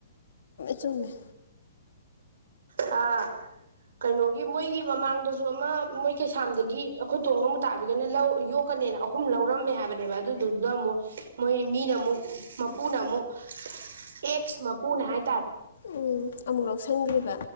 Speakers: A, on the left; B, on the right.
A: ꯆꯨꯝꯉꯃꯦ
B: ꯍꯥꯥ ꯀꯩꯅꯣꯒꯤ ꯃꯣꯏꯒꯤ ꯃꯃꯥꯡꯗꯁꯨ ꯑꯃ ꯃꯣꯏ ꯀꯩꯁꯥꯝꯗꯒꯤ ꯑꯩꯈꯣꯏ ꯇꯣꯡ ꯑꯃ ꯇꯥꯕꯤꯒꯅ ꯂꯧ ꯌꯣꯛ ꯅꯦꯅ ꯑꯍꯨꯝ ꯂꯧꯔꯝꯃꯦ ꯍꯥꯏꯕꯅꯦꯕ ꯑꯗꯨꯗꯨꯗ ꯑꯃꯨꯛ ꯃꯣꯏ ꯃꯤꯅ ꯑꯃꯨꯛ ꯃꯄꯨꯅ ꯑꯃꯨꯛ ꯑꯦꯁ ꯃ ꯄꯨꯅ ꯍꯥꯏ
A: ꯎꯝ ꯑꯃꯨꯛ ꯂꯧꯁꯟꯈ꯭ꯔꯤꯕ